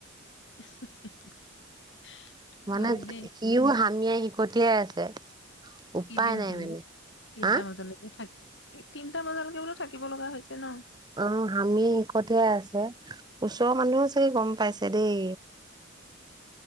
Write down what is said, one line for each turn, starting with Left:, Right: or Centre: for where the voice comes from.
Left: হু হু হু
Right: মানে
Left: হয় দেই।
Right: সিও হামিয়াই হিকটিয়াই আছে। উপায়
Left: কেলে নহয়
Right: নাই মানে
Left: নো তিনটা
Right: হা
Left: বজালৈকে থাকিল। তিনটা বজালৈকে বোলো থাকিব লগা হৈছে ন,
Right: আহ হামি হিকটিয়াই আছে ওচৰৰ মানুহো চাগে গম পাইছে দেই